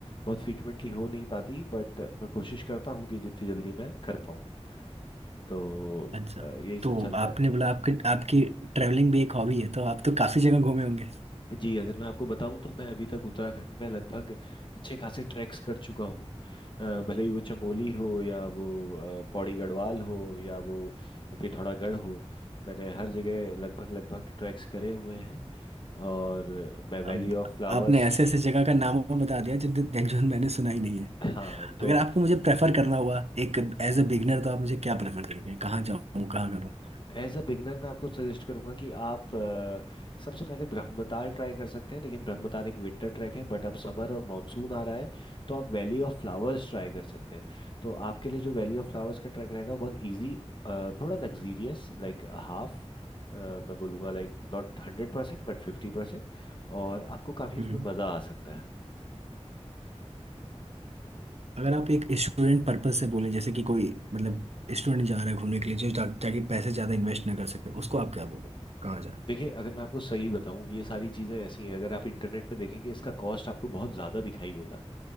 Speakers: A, on the left (about 45°); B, on the right (about 70°).
A: बहुत फ्रीक्वेंटली हो नहीं पाती बट मैं कोशिश करता हूँ कि जितनी जल्दी मैं कर पाऊँ तो
B: अच्छा
A: अ, यही सब
B: तो
A: चलता
B: आपने
A: है
B: बोला आपके आपकी ट्रैवलिंग भी एक हॉबी है तो आप तो काफी जगह घूमे होंगे
A: जी अगर मैं आपको बताऊं तो मैं अभी तक उत्तराखंड में लगभग अच्छे खासे ट्रैक्स कर चुका हूँ अ, भले ही वो चमोली हो या वो अ, पौड़ी गढ़वाल हो या वो पिथौरागढ़ हो मैंने हर जगह लगभग लगभग ट्रैक्स करे हुए हैं और मैं
B: अब
A: वैली ऑफ फ्लावर्स
B: आपने ऐसे ऐसे जगह का नाम बता दिया जो जो मैंने सुना ही नहीं है
A: हाँ तो
B: अगर आपको मुझे प्रेफर करना हुआ एक एज अ बिगनर तो आप मुझे क्या प्रेफर करेंगे कहाँ जाऊँ कहाँ करूँ
A: एज अ बिगनर मैं आपको सजेस्ट करूंगा कि आप अ, सबसे पहले ब्रह्मताल ट्राई कर सकते हैं लेकिन ब्रह्मताल एक विंटर ट्रैक है बट अब समर और मानसून आ रहा है तो आप वैली ऑफ फ्लावर्स ट्राई कर सकते हैं तो आपके लिए जो वैली ऑफ फ्लावर्स का ट्रैक रहेगा बहुत इजी थोड़ा लग्जीरियस लाइक हाफ मैं बोलूँगा लाइक नॉट हंड्रेड परसेंट बट फिफ्टी परसेंट और आपको काफ़ी
B: हम्म।
A: उसमें मज़ा आ सकता है
B: अगर आप एक स्टूडेंट पर्पज से बोलें जैसे कि कोई मतलब स्टूडेंट जा रहा है घूमने के लिए जो जा- ताकि पैसे ज्यादा इन्वेस्ट ना कर सके उसको आप क्या बोलोगे कहाँ जाए
A: देखिए अगर मैं आपको सही बताऊं ये सारी चीज़ें ऐसी हैं अगर आप इंटरनेट पे देखेंगे इसका कॉस्ट आपको बहुत ज़्यादा दिखाई देगा